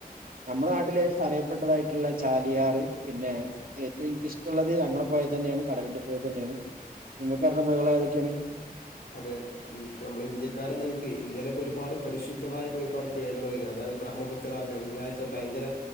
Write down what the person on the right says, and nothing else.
നമ്മുടെ നാട്ടില് അറിയപ്പെട്ടതായിട്ടുള്ള ചാലിയാറ് പിന്നെ ഏറ്റവും എനി ഇഷ്ടമുള്ളത് ഞങ്ങളെ പൊയതെന്ന്യാണ് കടലുണ്ടി പൊയ തെന്ന്യാണ് നിങ്ങക്കറീണ പൊയകളേതൊക്ക്യാണ്